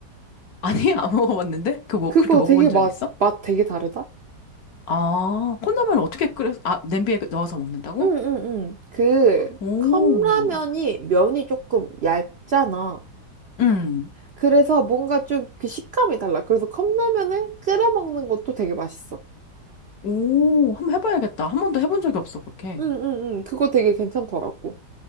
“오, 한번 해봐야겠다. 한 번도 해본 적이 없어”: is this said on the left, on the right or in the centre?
Left